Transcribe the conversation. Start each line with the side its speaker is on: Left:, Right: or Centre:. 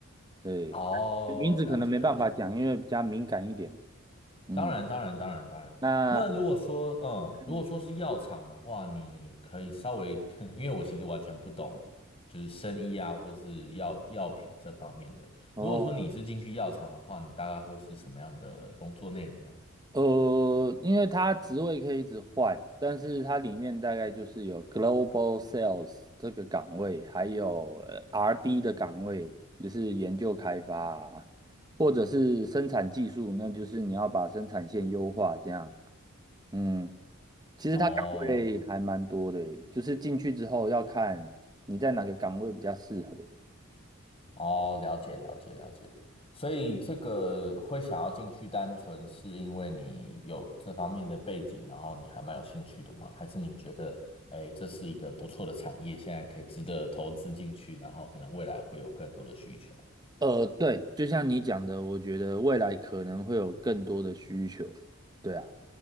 Right: 对，
Left: 哦，
Right: 名字可能没办法讲，
Left: 了解了解。
Right: 因为比较敏感一点，嗯。
Left: 当然，当然，当然，当然。
Right: 那
Left: 那如果说，嗯，如果说是药厂的话，
Right: 嗯
Left: 你可以稍微，<laughs> 因为我其实完全不懂，就是生医啊，或是药药品这方面的。
Right: 哦，
Left: 如果说你是进去药厂的话，你大概会是什么样的工作内容呢？
Right: 呃，因为它职位可以一直换，但是它里面大概就是有 Global Sales 这个岗位，还有呃 RD 的岗位，就是研究开发啊，或者是生产技术，那就是你要把生产线优化这样。嗯，其实它岗位还蛮多的耶就是进去之后要看你在哪个岗位比较适合。
Left: 哦，哦，了解了解了解，所以这个会想要进去，单纯是因为你有这方面的背景，然后你还蛮有兴趣的吗？还是你觉得，哎，这是一个不错的产业，现在可以值得投资进去，然后可能未来会有更多的需求？
Right: 呃，对，就像你讲的，我觉得未来可能会有更多的需求，对啊。